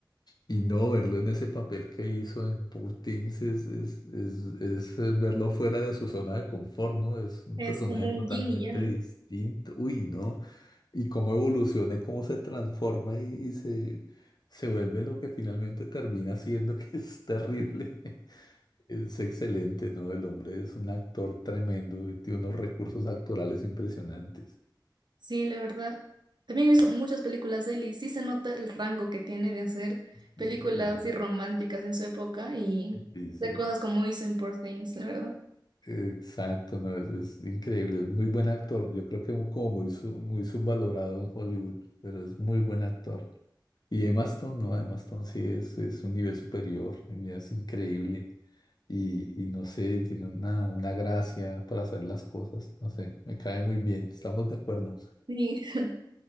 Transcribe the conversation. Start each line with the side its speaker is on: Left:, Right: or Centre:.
Left: Y no verlo en ese papel que hizo en Poor Things es, es, es, es, eh, verlo fuera de su zona de confort, ¿no? Es un
Right: es
Left: personaje
Right: como un
Left: totalmente
Right: yin y yang.
Left: distinto. Uy, ¿no? Y cómo evoluciona y cómo se transforma y, y se, se vuelve lo que finalmente termina siendo, <laughs> que es terrible. Es excelente, ¿no? El hombre es un actor tremendo y tiene unos recursos actorales impresionantes.
Right: Sí, la verdad. También he visto muchas películas de él y sí se nota el rango que tiene de hacer películas
Left: Y,
Right: así románticas en su época y
Left: y sí.
Right: de cosas como hizo en Poor Things, la verdad.
Left: Exacto, no, es, es increíble, es muy buen actor. Yo creo que como muy, su- muy subvalorado en Hollywood, pero es muy buen actor. Y Emma Stone, no, Emma Stone sí es, es un nivel superior, ella es increíble. Y, y no sé, tiene una, una gracia para hacer las cosas, no sé, me cae muy bien, estamos de acuerdo.
Right: Sí. <laughs>